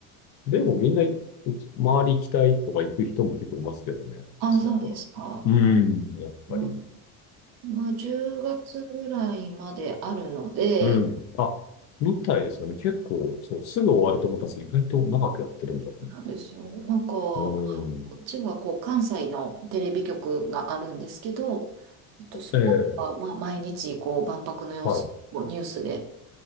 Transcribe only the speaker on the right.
あ、
そうですか。
まあまあ、10月ぐらいまであるので、
そうなんですよ。なんか、こ
っちはこう関西のテレビ局があるんですけど、えっと、そこはまあ毎日こう万博の様子、
こうニュースで、